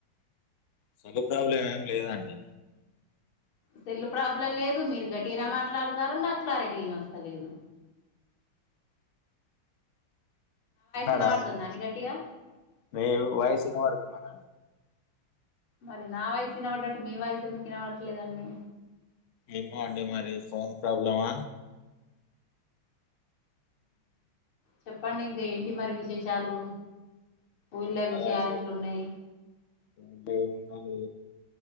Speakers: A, on the left; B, on the left.
A: సెల్ ప్రాబ్లం ఏమి లేదాండి
B: సెల్ ప్రాబ్లం లేదు మీరు గట్టి అనా మాట్లాడతారు నాకు క్లారిటీన వస్తలేదు
A: తన్నారా
B: వినబడుతుందా
A: అన్నం
B: అండి గట్టిగా
A: మి వయిస్ ఇనబడుతుంది. మే
B: మరి నా వాయిస్ ఇనబడట్టు మీ వాయిస్ ఎందుకు వినవడట్లేదండి
A: ఏమో అండి మరి ఫోన్ ప్రాబ్లమా
B: చెప్పండి ఇంకా ఏంటి మరి విశేషాలు ఊళ్ళో
A: ఏ ఉన్నదా
B: విషయాలు
A: అండి
B: ఎట్లున్నాయి
A: ఇ ఉన్నది